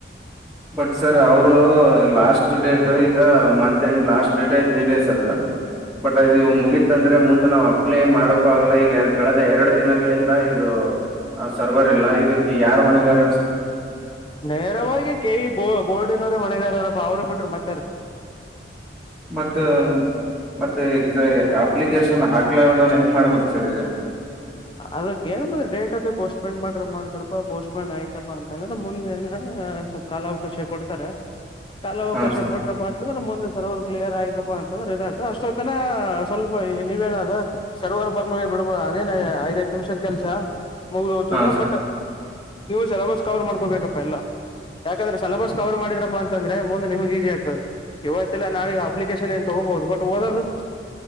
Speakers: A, in the centre; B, on the left.
A: ಬಟ್ ಸರ್ ಅವರು ಲಾಸ್ಟ್ ಡೇಟ್ ಈಗ month end last three day four day sir but ಅದು ಮುಗೀತ್ ಅಂದ್ರೆ ಮುಂದ್ ನಾವು ಅಪ್ಲೈ ಮಾಡಕೂ ಆಗಲ್ಲ ಈಗ ಕಳೆದ ಎರಡು ದಿನಗಳಿಂದ ಈ ಇದು ಸರ್ವರ್ ಇಲ್ಲ ಇದಕ್ಕೆ ಯಾರ ಹೊಣೆಗಾರ
B: ನೇರವಾಗಿ ಕೆ ಇ ಬೋರ್ಡಿನವರೇ ಹೊಣೆಗಾರು ಅಪ್ಪ ಅವರು ಬಿಟ್ರ ಮತ್ಯಾರು
A: ಮತ್ತ ಮತ್ತೆ ಈ ಅಪ್ಲಿಕೇಶನ್ ಆಕಲಾರದೋರು ಹೆಂಗ ಮಾಡ್ಬೇಕು ಸರ್ ಈಗ
B: ಅದಕ್ಕ ಏನ್ ಮ ಡೇಟ್ ಅಫ ಪೋಸ್ಟ್ಪೆಂಡ್ ಮಾಡ್ರ ಮಾಡ್ತಾರಪ್ಪಾ ಪೋಸ್ಟ್ಪೆಂಡ್ ಆಯ್ತಾ ಪಾ ಅಂದ್ರೆ ಮುಂದೆ ಏನರ ಆ ಸ್ವಲ್ಪ ಕಾಲಾವಕಾಶ ಕೊಡ್ತಾರ ಕಾಲಾವಕಾಶ
A: ಹಾ ಸರ್
B: ಕೊಟ್ರಾಪ ಅಂತ ಅಂದ್ರ ಮುಂದ ಸರ್ವರ್ ಕ್ಲಿಯರ್ ಆಯ್ತಪಾ ಅಂತಂದ್ರೆ ಇದಾಗ್ತದ ಅಷ್ಟೊತ್ತನ ಸ್ವಲ್ಪ ನೀವೇನಾದ ಸರ್ವರ್ ಬರಲ್ಲಗ್ಯದ ಅದೇನ್ ಐದು ಹತ್ತು ನಿಮಿಷದ ಕೆಲಸ ಮುಗ್ದ ಹೋಗ್ತದ
A: ಹಾ
B: ಬಟ್ ನೀವು ಸೆಲೆಬಸ್ ಕವರ್ ಮಾಡ್ಕೋಬೇಕಪ್ಪ ಎಲ್ಲಾ ಯಾಕಂದ್ರೆ ಸೆಲಬಸ್ ಕವರ್ ಮಾಡಿದ್ರರಪ್ಪ ಅಂದ್ರೆ ಮುಂದೆ ನಿಮ್ಗೆ ಈಜಿ ಆಗ್ತದೆ ಇವತ್ತಿಲ್ಲ ನಾಳಗ ಅಪ್ಲಿಕೇಶನ್ ಏನ್ ತಗೋಬಹುದು ಬಟ್ ಓದದು